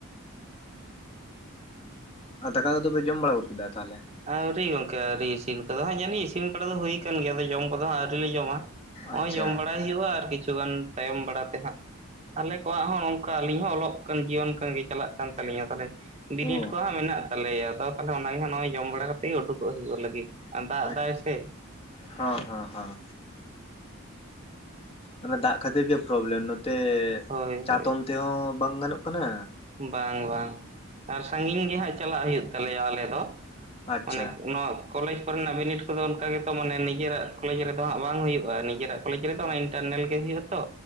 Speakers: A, on the left (about 25°); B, on the right (about 30°).
A: ᱟᱨ ᱫᱟᱠᱟ ᱠᱚᱫᱚ ᱯᱮ ᱡᱚᱢ ᱵᱟᱲᱟ ᱠᱮᱫᱟ ᱛᱟᱦᱚᱞᱮ
B: ᱟᱹᱣᱨᱤ ᱜᱚᱝᱠᱮ ᱟᱹᱣᱨᱤ ᱤᱥᱤᱱ ᱠᱚᱫᱚ ᱦᱟᱸᱜ ᱡᱟᱹᱱᱤᱡ ᱤᱥᱤᱱ ᱵᱟᱲᱟ ᱫᱚ ᱦᱩᱭ ᱠᱟᱱ ᱜᱮᱭᱟ ᱡᱚᱢ ᱠᱚᱫᱚ ᱦᱟᱸᱜ ᱟᱹᱣᱨᱤ ᱞᱮ ᱡᱚᱢᱟ᱾ ᱦᱚᱸᱜᱼᱚᱭ
A: ᱟᱪᱪᱷᱟ
B: ᱡᱚᱢ ᱵᱟᱲᱟᱭ ᱦᱩᱭᱩᱜᱼᱟ ᱟᱨ ᱠᱤᱪᱷᱩᱜᱟᱱ ᱛᱟᱭᱚᱢ ᱵᱟᱲᱟ ᱛᱮᱦᱟᱸᱜ ᱟᱞᱮ ᱠᱚᱣᱟᱜ ᱦᱚᱸ ᱱᱚᱝᱠᱟ ᱟᱹᱞᱤᱧ ᱦᱚᱸ ᱚᱞᱚᱜ ᱠᱟᱱ ᱡᱤᱭᱚᱱ ᱠᱟᱱ ᱜᱮ ᱪᱟᱞᱟᱜ ᱠᱟᱱ ᱛᱟᱹᱞᱤᱧᱟ ᱛᱟᱦᱚᱞᱮ ᱵᱤᱱᱤᱰ
A: ᱚ
B: ᱠᱚ ᱦᱟᱸᱜ ᱢᱮᱱᱟᱜ ᱛᱟᱞᱮᱭᱟ ᱛᱚ ᱛᱟᱦᱚᱞᱮ ᱚᱱᱟᱜᱮ ᱱᱚᱜᱼᱚᱭ ᱡᱚᱢ ᱵᱟᱲᱟ ᱠᱟᱛᱮ ᱩᱰᱩᱠᱚᱜ ᱦᱩᱭᱩᱜ ᱞᱟᱹᱜᱤᱫ᱾ ᱫᱟᱜ
A: ᱟᱪ
B: ᱫᱟᱭ ᱥᱮ
A: ᱦᱚᱸ ᱦᱚᱸ ᱦᱚᱸ ᱚᱱᱟ ᱫᱟᱜ ᱠᱷᱟᱹᱛᱤᱨ ᱜᱮ ᱯᱨᱚᱵᱽᱞᱮᱢ ᱱᱚᱛᱮ
B: ᱦᱳᱭ
A: ᱪᱟᱛᱚᱢ
B: ᱦᱳᱭ
A: ᱛᱮᱦᱚᱸ ᱵᱟᱝ ᱜᱟᱱᱚᱜ ᱠᱟᱱᱟ
B: ᱵᱟᱝ ᱵᱟᱝ ᱟᱨ ᱥᱟᱺᱜᱤᱧ ᱜᱮᱦᱟᱸᱜ ᱪᱟᱞᱟᱜ ᱦᱩᱭᱩᱜ ᱛᱟᱞᱮᱭᱟ ᱟᱞᱮ ᱫᱚ
A: ᱟᱪᱪᱷᱟ
B: <unintelligible> ᱠᱚᱞᱮᱡᱽ ᱠᱚᱨᱮᱱᱟᱜ ᱵᱤᱱᱤᱰ ᱠᱚᱫᱚ ᱚᱱᱠᱟ ᱜᱮᱛᱚ ᱢᱟᱱᱮ ᱱᱤᱡᱮᱨᱟᱜ ᱠᱚᱞᱮᱡᱽ ᱨᱮᱫᱚ ᱦᱟᱸᱜ ᱵᱟᱝ ᱦᱩᱭᱩᱜᱼᱟ ᱱᱤᱡᱮᱨᱟᱜ ᱠᱚᱞᱮᱡᱽ ᱨᱮᱫᱚ ᱴᱟᱨᱱᱮᱞ ᱜᱮ ᱦᱩᱭᱩᱜ ᱟ ᱛᱚ